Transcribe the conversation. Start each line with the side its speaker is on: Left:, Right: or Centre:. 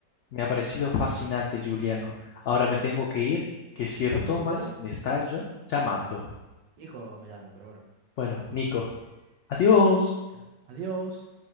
Left: Me ha parecido fascinante, Juliano. Ahora me tengo que ir, que Sir
Right: ¿Cómo,
Left: Thomas
Right: Juliano?
Left: me está ll- llamando.
Right: Nico me llamo, pero bueno.
Left: Bueno, Nico, adiós.
Right: Ya. Adiós.